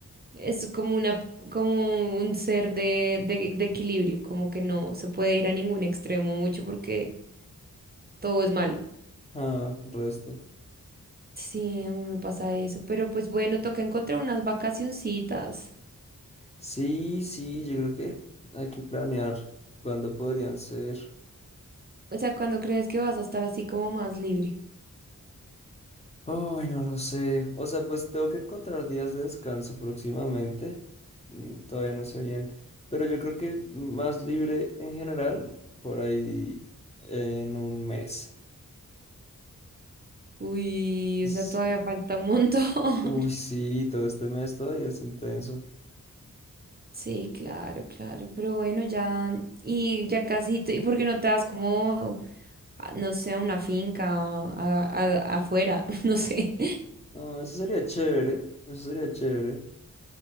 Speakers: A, on the right; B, on the left.
A: es como una, como un ser de, de, de equilibrio, como que no se puede ir a ningún extremo mucho porque todo es malo.
B: Ah, resto.
A: Sí, a mí me pasa eso, pero pues bueno, toca encontrar unas vacacioncitas.
B: Sí, sí, yo creo que hay que planear cuándo podrían ser.
A: O sea, cuando crees que vas a estar así como más libre?
B: Ay, no lo sé. O sea, pues tengo que encontrar días de descanso próximamente. Mm, Todavía no sé bien. Pero yo creo que más libre en general, por ahí en un mes.
A: Uy,
B: Sí.
A: o sea, todavía falta un <laughs> montón.
B: Uy, sí, todo este mes todavía es intenso.
A: Sí, claro, claro, pero bueno, ya, y ya casi, tú- ¿y por qué no te das como, a- no sé, a una finca o a- a- afuera? <laughs> No sé.
B: No, eso sería chévere. Eso sería chévere.